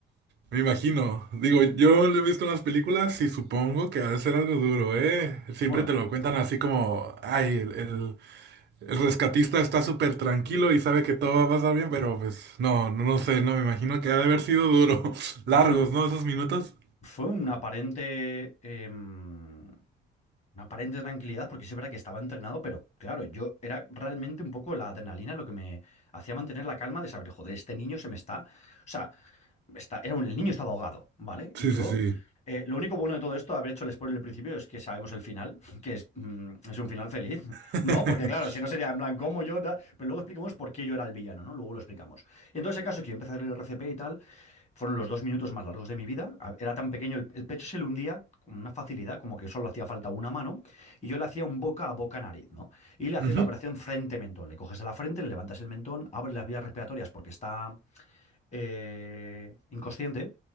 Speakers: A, on the right (about 60°); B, on the left (about 35°).
A: Me imagino. Digo, yo lo he visto en las películas y supongo que ha de ser algo duro, ¿eh? Siempre
B: Bueno.
A: te lo cuentan así como, ay, el, el- el rescatista está súper tranquilo y sabe que todo va a pasar bien, pero pues no, no, no sé, no, me imagino que ha de haber sido duro. <laughs>
B: Bueno,
A: Largos, ¿no? Esos minutos.
B: Fue una aparente, em, una aparente tranquilidad, porque sí es verdad que estaba entrenado, pero claro, yo era realmente un poco la adrenalina lo que me hacía mantener la calma de saber, joder, este niño se me está. O sea, Está- era un- el niño estaba ahogado, ¿vale?
A: Sí,
B: Y yo,
A: sí, sí.
B: eh, lo único bueno de todo esto, haber hecho el spoiler al principio, es que sabemos el final, <laughs> que es, mm, es un final feliz, <laughs>
A: <laughs>
B: ¿no? Porque claro, si no sería en plan, ¿cómo yo? tal? Pero luego explicamos por qué yo era el villano, ¿no? Luego lo explicamos. Entonces, el caso es que yo empecé a leer el RCP y tal, fueron los dos minutos más largos de mi vida. A- Era tan pequeño, el, el pecho se le hundía con una facilidad, como que solo hacía falta una mano, y yo le hacía un boca a boca nariz, ¿no? Y le haces
A: Ujú,
B: la operación frente-mentón. Le coges a la frente, le levantas el mentón, abres las vías respiratorias porque está eh, inconsciente